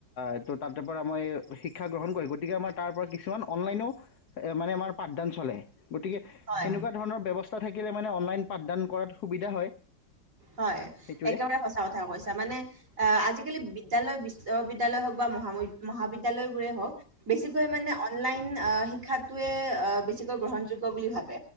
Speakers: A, on the left; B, on the right.
A: এইটো তা পৰা মই শিক্ষা গ্ৰহণ কৰি গতিকে আমাৰ তাৰ পৰাৰা কিছুমান অনলাইনো মানে আমাৰ পাঠদান চলে গতিকে।
B: হয়
A: সেনেকুৱা ধৰণৰ ব্যৱস্থা থাকিলে মানে অনলাইন পাঠদান কৰাত সুবিধা হয়।
B: হয়
A: সেইটোৱে
B: একেবাৰে সঁচা কথা কৈছা মানে আহ আজিকালি বিদ্যালয় বিশ্ববিদ্যালয় হওক বা মহা মহাবিদ্যালয় বোৰে হওক বেছিকৈ মানে অনলাইন অ শিক্ষা টোৱেই অ গ্ৰহনযোগ্য বুলি ভাবে